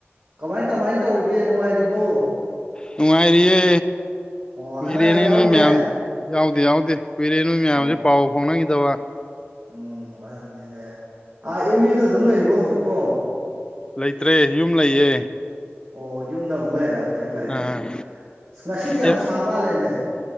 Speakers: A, on the right; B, on the left.
A: ꯀꯃꯥꯏꯟ ꯀꯃꯥꯏꯟ ꯇꯧꯔꯤꯒꯦ ꯅꯨꯡꯉꯥꯏꯔꯤꯕꯣ꯫
B: ꯅꯨꯡꯉꯥꯏꯔꯤꯌꯦ
A: ꯑꯣ
B: ꯀꯨꯏꯔꯦꯅꯦ
A: ꯑꯅꯥ ꯑꯌꯦꯛ ꯌꯥꯎꯗꯦ
B: ꯅꯣꯏ ꯃꯌꯥꯝ ꯌꯥꯎꯗꯦ ꯌꯥꯎꯗꯦ ꯀꯨꯏꯔꯦ ꯅꯣꯏ ꯃꯌꯥꯝꯁꯦ
A: ꯑꯣ
B: ꯄꯥꯎ ꯐꯥꯎꯅꯈꯤꯗꯕ
A: ꯎꯝ ꯑꯗꯨꯅꯦ ꯑꯥ ꯑꯦꯝ ꯌꯨꯗ ꯑꯗꯨꯝ ꯂꯩꯔꯤꯕꯣ ꯍꯧꯖꯤꯛꯐꯣ
B: ꯂꯩꯇ꯭ꯔꯦ ꯌꯨꯝ ꯂꯩꯌꯦ
A: ꯑꯣ ꯌꯨꯝꯗ ꯑꯃꯨꯛ ꯂꯩꯔꯦ ꯐꯩ ꯐꯩ
B: ꯑꯥ
A: ꯑꯁ ꯉꯁꯤꯗꯤ ꯌꯥꯝ
B: ꯑꯦ
A: ꯁꯥ ꯃꯥꯜꯂꯦꯅꯦ